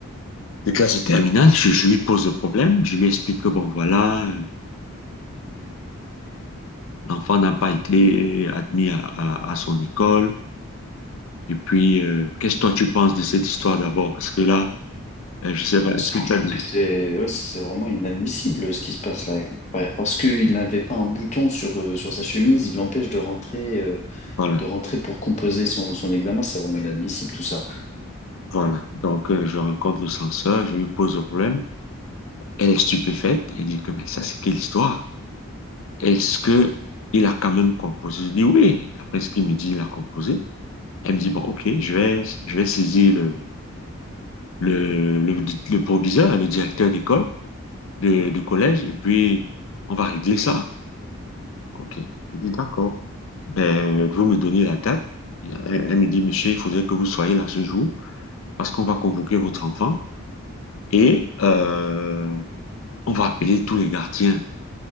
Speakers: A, on the left; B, on the left.
A: des classes de terminale. Je, je lui pose le problème, je lui explique que, bon, voilà, euh, l'enfant n'a pas été admis à, à- à son école. Et puis, euh, qu'est-ce que toi tu penses de cette histoire d'abord? Parce que là, euh, je sais pas,
B: Personnellement,
A: est-ce que tu
B: je trouve
A: as... des-
B: que c'est ouais, c'est c'est vraiment inadmissible ce qui se passe là. Ouais, parce qu'il n'avait pas un bouton sur, euh, sur sa chemise, il l'empêche de rentrer, euh,
A: Voilà,
B: de rentrer pour composer son, son examen. C'est vraiment inadmissible tout ça.
A: voilà. Donc, euh, je rencontre le censeur, je lui pose le problème. Elle est stupéfaite, elle dit que, mais ça, c'est quelle histoire? est-ce que il a quand même composé? Je dis oui, d'après ce qu'il me dit, il a composé. Elle me dit, bon, ok, je vais, je vais saisir le, le, le, le proviseur, le directeur d'école, de, de collège, et puis on va régler ça. Ok. Je dis, d'accord. Ben, vous me donnez la date. Elle, elle me dit, monsieur, il faudrait que vous soyez là ce jour, parce qu'on va convoquer votre enfant et euh, on va appeler tous les gardiens.